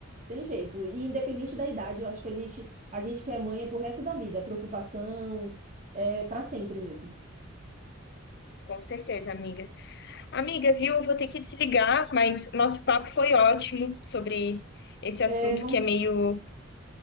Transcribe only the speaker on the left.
Com certeza, amiga. Amiga, viu? Eu vou ter que desligar, mas nosso papo foi ótimo sobre esse
assunto
que é meio,